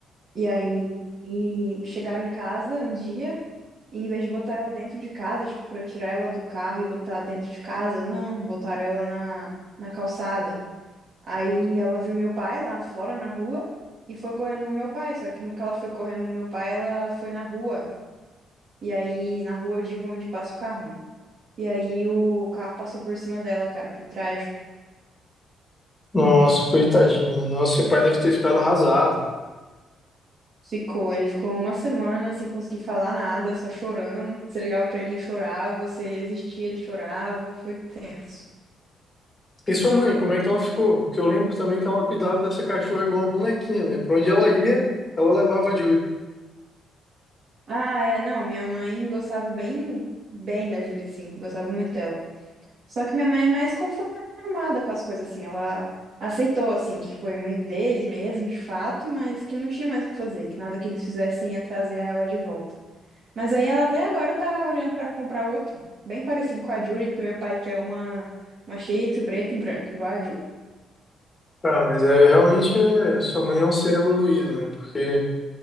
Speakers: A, on the right; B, on the left.
A: E aí, e chegaram em casa um dia. E em vez de botar ela dentro de casa, tipo, pra tirar ela do carro e botar dentro de casa, não, botaram ela na, na calçada. Aí ela viu meu pai lá fora na rua e foi correndo no meu pai. Só que no que ela foi correndo no meu pai, ela foi na rua. E aí, na rua eu digo onde passa o carro, né? E aí o carro passou por cima dela, cara, foi trágico.
B: Nossa, coitadinha. Nossa, seu pai deve ter ficado arrasado.
A: Ficou, ele ficou uma semana sem conseguir falar nada, só chorando. Você ligava pra ele, ele chorava, você existia, ele chorava, foi tenso.
B: E sua mãe, como é que ela ficou? Porque eu lembro também que ela cuidava dessa cachorra igual uma bonequinha, né? Pra onde ela ia, ela levava de olho.
A: Ah, é, não, minha mãe gostava bem, bem da Julie, sim, gostava muito dela. Só que minha mãe é mais conformada com as coisas, assim, ela aceitou, assim, que foi um erro deles mesmo, de fato, mas que não tinha mais o que fazer, que nada que eles fizessem ia trazer ela de volta. Mas aí ela até agora tá olhando pra comprar outro, bem parecido com a Julie, que meu pai quer uma, uma Shih Tzu preta e branca, igual a Julie.
B: Cara, mas é, realmente é, sua mãe é um ser evoluído, né? Porque